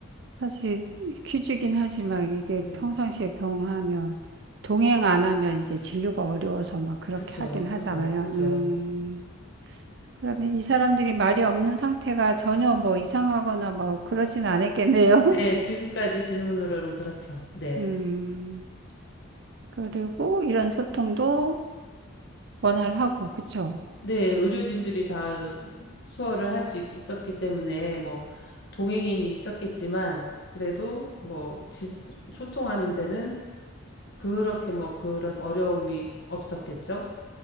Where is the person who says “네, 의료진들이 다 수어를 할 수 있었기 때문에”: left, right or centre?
Left